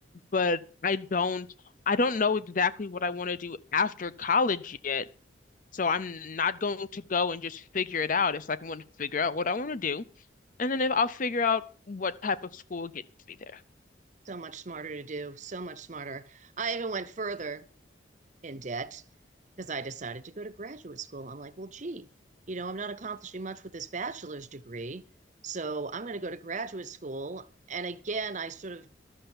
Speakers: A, on the left (about 45°); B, on the right (about 40°).
A: but I don't I don't know exactly what I want to do after college yet So I'm not going to go and just figure it out. It's like I'm going to figure out what I want to do, and then if I'll figure out what type of school gets me there.
B: So much smarter to do, so much smarter. I even went further in debt because I decided to go to graduate school. I'm like, well, gee, you know, I'm not accomplishing much with this bachelor's degree. So I'm going to go to graduate school. And again, I sort of